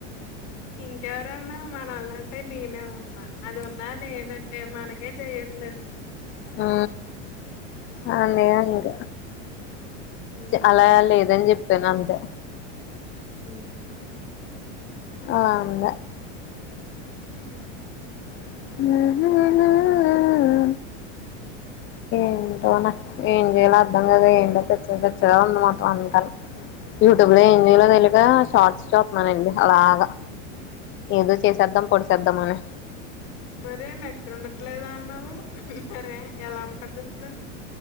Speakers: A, on the left; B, on the left.
A: ఇంకెవరేవరు ఉన్నారు మనల్ళంటే నేనే ఉన్నా అదున్నా లేనట్టే మనకి <unintelligible>
B: ఆ అంతే ఇగ
A: హ్మ్
B: అలా లేదని చెప్పి చెప్పనంతే
A: ఉమ్
B: ఆ అంద
A: ఉమ్
B: ఆ ఏంటో ఏం చేయలో అర్ధం కాక ఏంటో పిచ్చ పిచ్చగా ఉంది మొత్తం అంతన్ యూట్యూబ్ లో ఏం చేయాలో తెలియక షార్ట్స్ చూతున్నానండి అలాగా ఏదో చేసేద్దాం పొడిసేద్దాం అని
A: మరే నెట్ ఉండట్లేదు అన్నావు మరే ఎలా ఉంటుంది ఇప్పుడు